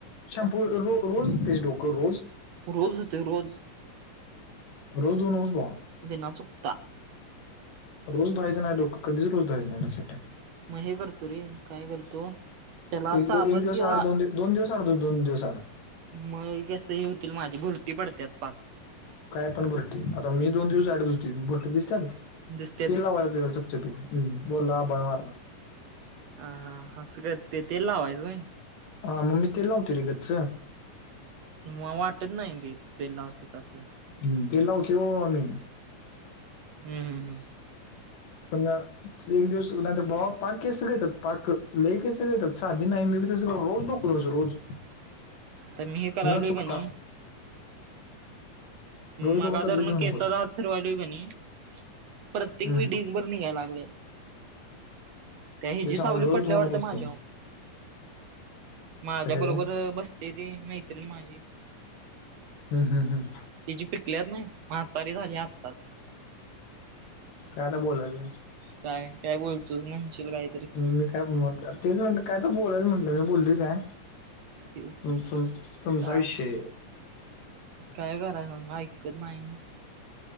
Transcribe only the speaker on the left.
शॅम्पू रो रोज धुतयस डोकं रोज-
रोज धुवू नकोस भावा
रोज धुवायच नाय डोकं कधीच रोज धुवायच नाय लक्षात ठेव.
एक
दो एक दिवस
आड दोन दोन दिवसआड धु दोन दिवस आड
काय पण भुरटी आता मी दोन दिवस आड धुतय म भुरटी दिसत्यात.
तेल
लावाय बि चपचपी बोलला आभाळ वरना
हा म मी तेल लावतोय रे गच्च
हम् ते लावते बा आम्ही.
पुण. एक दिवस नाही रे बाबा पाक केस गळत्यात पाक लय केस गळत्यात साधी नाही मे बी तस रोज दु रोज रोज
न चुकता
रोज
डोकं कधीच
धुवू
नकोस
हम्म
ते
सांगालोय
रोज
धुवू
नकोस
ते
कशाचे
हम् हम् हम्.
काय आता बोलायचं
मी काय तेच म्हण काय तर बोलाय म्हणलं मी बोललय काय.
तु तुम तुमच
आयुष्य.